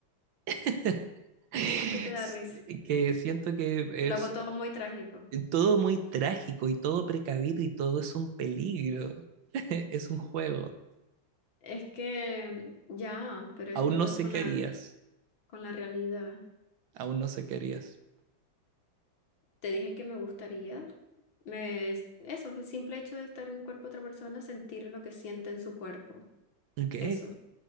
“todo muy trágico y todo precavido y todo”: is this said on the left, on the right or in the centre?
Right